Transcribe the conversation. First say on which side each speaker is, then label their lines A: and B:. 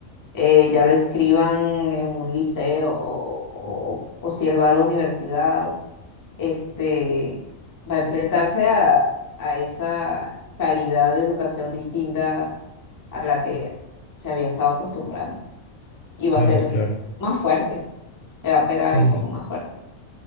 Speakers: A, on the left (about 25°); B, on the left (about 85°).
A: eh, ya lo escriban en un liceo o, o o si él va a la universidad este, va a enfrentarse a, a esa calidad de educación distinta a la que se había estado acostumbrando y va
B: claro,
A: a ser
B: claro.
A: más fuerte, le va a pegar
B: Sí,
A: un poco más fuerte.